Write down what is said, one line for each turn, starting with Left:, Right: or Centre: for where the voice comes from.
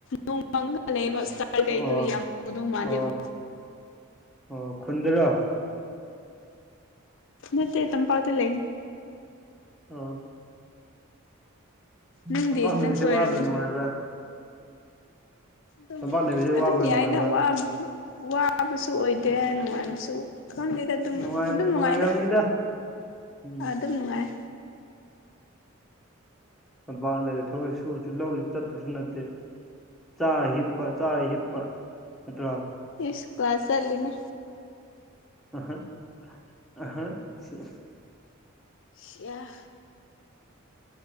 Left: ꯅꯣꯡ ꯃꯪꯉꯥꯒ ꯂꯩꯕ ꯏꯁꯇꯥꯔ ꯀꯩꯗꯣ
Centre: ꯑꯣ
Left: ꯌꯥꯝ ꯎꯗꯧ ꯃꯥꯜꯗꯦꯕ
Centre: ꯑꯣ ꯑꯣ ꯈꯨꯟꯗ꯭ꯔꯣ
Left: ꯅꯠꯇꯦ ꯇꯝꯄꯥꯛꯇ ꯂꯩꯅꯦ
Centre: ꯑꯣ
Left: ꯅꯪꯗꯤ
Centre: ꯇꯝꯄꯥꯛ ꯂꯩꯕꯁꯦ
Left: ꯅꯪꯁꯨ ꯑꯣꯏꯔꯝꯅꯤ
Centre: ꯋꯥꯕ꯭ꯔꯥ ꯅꯨꯡꯉꯥꯏꯕ꯭ꯔꯥ
Left: ꯑꯗꯨꯝ
Centre: ꯇꯝꯄꯥꯛ ꯂꯩꯕꯁꯦ
Left: ꯑꯗꯨꯝ
Centre: ꯋꯥꯕ꯭ꯔꯥ
Left: ꯌꯥꯏꯅ
Centre: ꯅꯨꯡꯉꯥꯏꯕ꯭ꯔꯥ
Left: ꯋꯥꯕ ꯋꯥꯕꯁꯨ ꯑꯣꯏꯗꯦ ꯅꯨꯡꯉꯥꯏꯕꯁꯨ ꯈꯪꯗꯦꯗ ꯑꯗꯨꯝ
Centre: ꯅꯨꯡꯉꯥꯏꯕ
Left: ꯑꯗꯨꯝ ꯅꯨꯡꯉꯥꯏꯗ
Centre: ꯅꯨꯡꯉꯥꯏꯔꯝꯅꯤꯗ ꯎꯝ
Left: ꯑꯗꯨꯝ ꯅꯨꯡꯉꯥꯏ
Centre: ꯇꯝꯄꯥꯛ ꯂꯩꯔ ꯊꯕꯛꯁꯨ ꯁꯨꯕꯁꯨ ꯂꯧꯁꯨ ꯆꯠꯇꯄꯁꯨ ꯅꯠꯇꯦ ꯆꯥꯔ ꯍꯤꯞꯄ ꯆꯥꯔ ꯍꯤꯞꯄ ꯅꯠꯇ꯭ꯔꯥ
Left: ꯏꯁ ꯀ꯭ꯂꯥꯁ ꯆꯠꯂꯤꯅꯦ
Centre: <unintelligible>
Left: ꯁꯤꯌꯥ